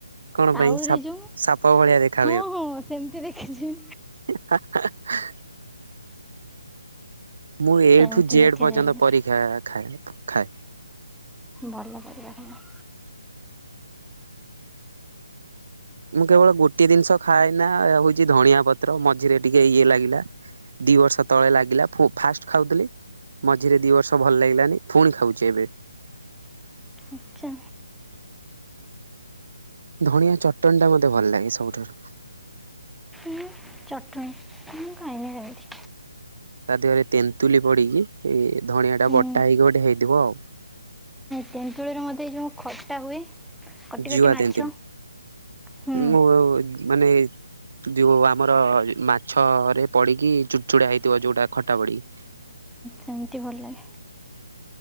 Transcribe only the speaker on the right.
କଣ ପାଇଁ
ସାପ
ସାପ ଭଳିଆ ଦେଖା
ହେଁ ହାଁ ହାଁ। ମୁଁ ଏ
ଠୁ ଜେଡ୍
ପର୍ଯ୍ୟନ୍ତ
ପରୀକ୍ଷା ଖାଏ ଖାଏ।
ମୁଁ କେବଳ ଗୋଟିଏ ଜିନିଷ ଖାଏନା ହଉଚି ଧଣିଆ ପତ୍ର ମଝିରେ ଟିକେ ଇଏ ଲାଗିଲା। ଦି ବର୍ଷ ତଳେ ଲାଗିଲା ଫୋ ଫାଷ୍ଟ ଖାଉଥିଲି ମଝିରେ ଦିବର୍ଷ ଭଲ ଲାଗିଲାନି, ଫୁଣି ଖାଉଚି ଏବେ।
ଧଣିଆ ଚଟଣିଟା ମତେ ଭଲ ଲାଗେ ସବୁଠାରୁ।
ତା ଦେହରେ ତେନ୍ତୁଲି ପଡି କି ଏ ଧଣିଆଟା
ବଟା ହେଇକି ଗୋଟେ ହେଇଥିବ ଆଉ।
ଜୁଆ
ଦିଅନ୍ତି
ମୁଁ ମାନେ ଯୋଉ ଆମର ମାଛରେ ପଡିକି ଚୁଡ଼ଚୁଡା ହେଇଥିବ, ଯୋଉଟା ଖଟା ପଡିକି।